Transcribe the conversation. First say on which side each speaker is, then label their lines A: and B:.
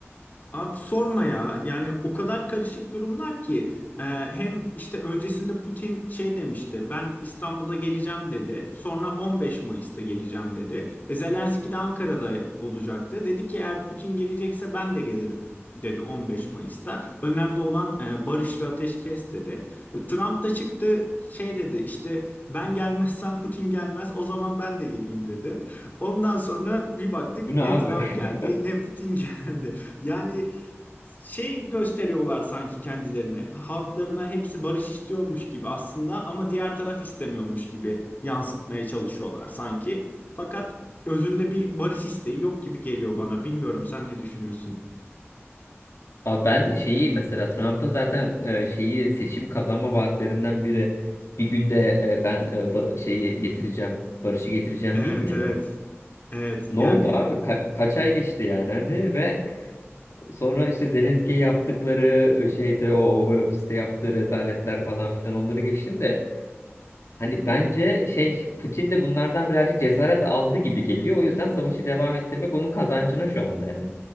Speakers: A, on the left; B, on the left.
A: Abi sorma ya. Yani o kadar karışık durumlar ki e, hem işte öncesinde Putin şey demişti. Ben İstanbul'a geleceğim dedi. Sonra 15 Mayıs'ta geleceğim dedi. E, Zelenski de Ankara'da olacaktı. Dedi ki eğer Putin gelecekse ben de gelirim dedi 15 Mayıs'ta. Önemli olan e, barış ve ateşkes dedi. E, Trump da çıktı şey dedi işte ben gelmezsem Putin gelmez o zaman ben de geleyim dedi. Ondan sonra bir baktık
B: Bu ne
A: ne
B: abi?
A: Trump
B: <laughs>
A: geldi ne Putin <laughs> geldi. Yani şey gösteriyorlar sanki kendilerini. Halklarına hepsi barış istiyormuş gibi aslında ama diğer taraf istemiyormuş gibi yansıtmaya çalışıyorlar sanki. Fakat özünde bir barış isteği yok gibi geliyor bana. Bilmiyorum sen ne düşünüyorsun?
B: Abi ben şeyi mesela Trump'ın zaten e, şeyi seçim kazanma vaatlerinden biri bir günde e, ben e, ba- şeyi getireceğim, barışı getireceğim
A: Evet
B: değil miydi?
A: evet. Evet
B: Ne
A: yani
B: oldu abi? Ka- kaç ay geçti yani hani ve sonra işte Zelenski'ye yaptıkları e, şeyde o Oval Office'te yaptığı rezaletler falan filan onları geçtim de hani bence şey Putin de bunlardan birazcık cesaret aldı gibi geliyor. O yüzden savaşı devam ettirmek onun kazancına şu anda yani.